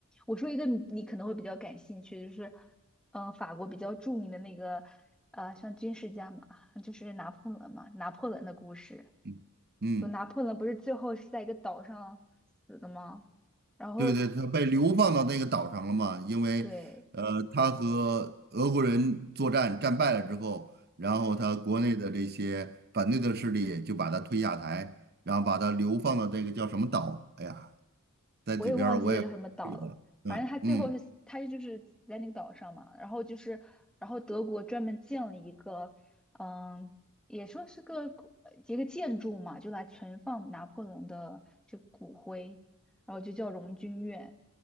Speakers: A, in the centre; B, on the right.
A: 我说一个你你可能会比较感兴趣，就是嗯、呃法国比较著名的那个呃，像军事家嘛，就是拿破仑嘛，拿破仑的故事。
B: 嗯。嗯
A: 就拿破仑不是最后是在一个岛上死的吗？然后
B: 对对，他被流放到那个岛上了嘛，因为，
A: 对
B: 呃，他和俄国人作战战败了之后，然后他国内的这些反对的势力就把他推下台，
A: 对，
B: 然后把他流放到这个叫什么岛？哎呀，在这边儿我也记不得了，
A: 我也忘记了叫什么岛了，
B: 嗯嗯，
A: 反正他最后是他就是死在那个岛上嘛，然后就是然后德国专门建了一个，嗯，也说是个古呃一个建筑嘛，就来存放拿破仑的这个骨灰，然后就叫荣军院，